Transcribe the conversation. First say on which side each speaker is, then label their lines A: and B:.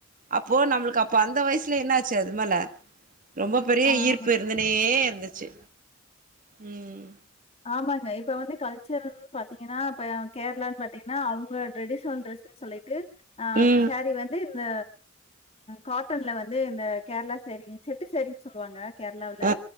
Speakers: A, on the right (about 40°); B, on the left (about 30°).
A: அப்போ நம்மளுக்கப்ப அந்த வயஸ் ட்லி என்ன ஆச்சு அது மல ரொம்ப பெரிய
B: ஆ
A: ஈர்ப்பு
B: ஆமா.
A: இருந்துனே தச்சு ம்
B: ஆமாங்க இப்ப வந்து கல்ச்சரல் பாத்தீங்கனா இப்ப கேரளான் பாத்தீங்கன்னா அ ங்க ட்ரெடிஷன் ட்ரஸ்ஸு சொல்லிட்டு் அ
A: ம்
B: சாரீ வந்து த காட்டன்ல வந்து இந்த கேரளா சேரிங்ஸ் செட்டு சேரினு சொல்லுவாங்க கேரளாவுல
A: அ